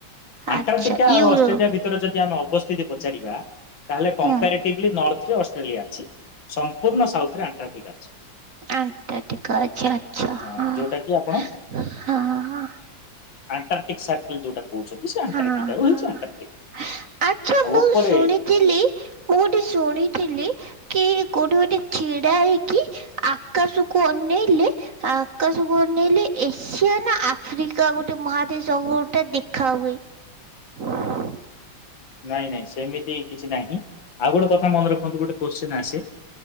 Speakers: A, on the left; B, on the right.
A: ଆଣ୍ଟାର୍କଟିକା
B: ଆଚ୍ଛା
A: ଆଉ
B: ୟୁରୋ
A: ଅଷ୍ଟ୍ରେଲିଆ ଭିତରେ ଯଦି ଆମେ ଅବସ୍ଥିତି ପଚାରିବା, ତାହେଲେ କମ୍ପେଆର
B: ହୁଁ
A: ଟିବଲି ନର୍ଥରେ ଅଷ୍ଟ୍ରେଲିଆ ଅଛି, ସମ୍ପୂର୍ଣ୍ଣ ସାଉଥରେ ଆଣ୍ଟାର୍କଟିକା ଅଛି।
B: ଆଣ୍ଟାର୍କଟିକା ଅଛି ଆଚ୍ଛା
A: ହଁ
B: ହାଁ
A: ଯୋଉଟା କି ଆପଣ
B: ହାଁ
A: ଆଣ୍ଟାର୍ଟିକ୍ ସାଇକେଲ ଯୋଉଟା କହୁଛନ୍ତି। ସେ ଆଣ୍ଟାର୍କଟିକାରୁ
B: ହାଁ ହାଁ
A: ହେଇଛି ଆଣ୍ଟାର୍କଟିକ।
B: ଆଚ୍ଛା
A: ଆଉ
B: ମୁଁ
A: ଉପରେ
B: ଶୁଣି ଥିଲି, ମୁଁ ଗୋଟେ ଶୁଣିଥିଲି କି କୋଉଠି ଗୋଟେ ଛିଡ଼ା ହେଇକି ଆକାଶକୁ ଅନେଇଲେ ଆକାଶକୁ ଅନେଇଲେ ଏସିଆ ନା ଆଫ୍ରିକା ଗୋଟେ ମହାଦେଶ ଗୋଟେ ଦେଖା ହୁଏ। <unintelligible>
A: ନାଇଁ ନାଇଁ ସେମିତି କିଛି ନାହିଁ, ଆଉ ଗୋଟେ କଥା ମନେ ରଖନ୍ତୁ ଗୋଟେ କୋଶ୍ଚିନ ଆସେ।